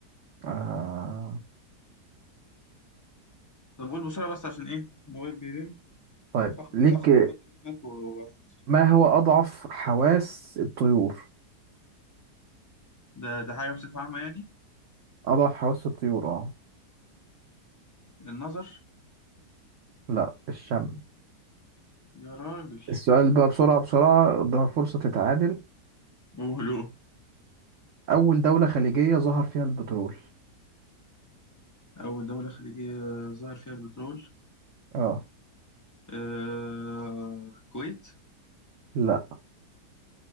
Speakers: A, on the right (about 60°); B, on the left (about 15°).
A: آه
B: طب قول بسرعة بس عشان ايه موبايل
A: طيب
B: فاخد
A: ليك
B: فاخد سؤال ده منك و... و-
A: ما هو أضعف حواس الطيور
B: ده ده حاجة بصفة عامة يعني
A: أضعف حواس الطيور اه
B: النظر
A: لا الشم
B: يا راجل
A: السؤال بقى بسرعة بسرعة قدام الفرصة تتعادل
B: قولوا
A: أول دولة خليجية ظهر فيها البترول
B: أول دولة خليجية ظهر فيها البترول
A: اه
B: آه... الكويت
A: لا